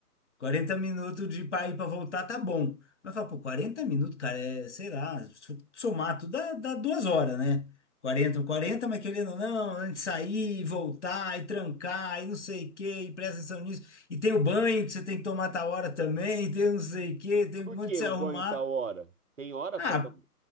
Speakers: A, on the left; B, on the right.
A: quarenta minutos de pra ir pra voltar tá bom. Mas fala, pô, 40 minutos, cara, é, sei lá, se eu somar tudo dá, dá duas horas, né? quarenta quarenta mas querendo ou não, antes de sair, e voltar, e trancar, e não sei o quê, e presta atenção nisso. E tem o banho que você tem que tomar tal hora também, e tem não sei o quê, tem
B: Por
A: um monte
B: que
A: de se
B: o
A: arrumar.
B: banho tá hora? Tem hora
A: Ah,
B: pra tomar?